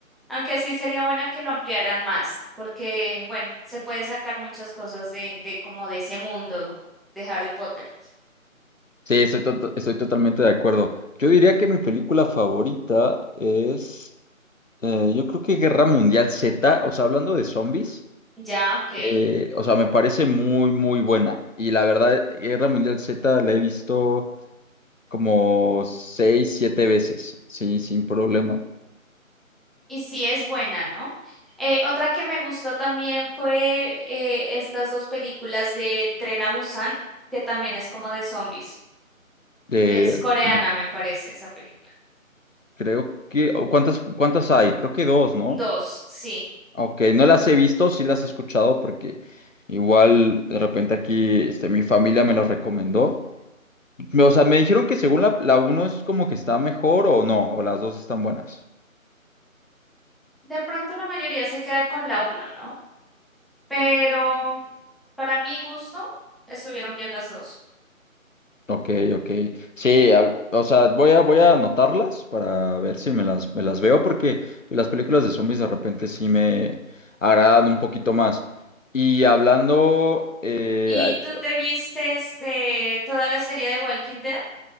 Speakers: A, in the centre; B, on the left (about 65°).
A: Aunque sí sería bueno que lo ampliaran más, porque bueno, se puede sacar muchas cosas de, de como de ese mundo de Harry Potter.
B: Sí, estoy, to- estoy totalmente de acuerdo. Yo diría que mi película favorita es, eh, yo creo que Guerra Mundial Z, o sea, hablando de zombies.
A: Ya, ok.
B: Eh, o sea, me parece muy, muy buena. Y la verdad, Guerra Mundial Z la he visto como seis, siete veces, sí, sin problema.
A: Y sí es buena, ¿no? Eh, otra que me gustó también fue eh, estas dos películas de Tren a Busan, que también es como de zombies.
B: De,
A: Es coreana,
B: no,
A: me parece, esa película.
B: creo que, o ¿cuántas, cuántas hay? Creo que dos, ¿no?
A: Dos, sí.
B: Ok, no las he visto, sí las he escuchado porque igual de repente aquí este, mi familia me las recomendó. Me- O sea, me dijeron que según la, la uno es como que está mejor o no, o las dos están buenas.
A: De pronto la mayoría se queda con la uno, ¿no? Pero para mi gusto, estuvieron bien las dos.
B: Ok, ok. Sí, hab- o sea, voy a, voy a anotarlas para ver si me las, me las veo, porque las películas de zombies de repente sí me agradan un poquito más. Y hablando, eh,
A: ¿Y
B: a-
A: tú te viste este, toda la serie de Walking Dead?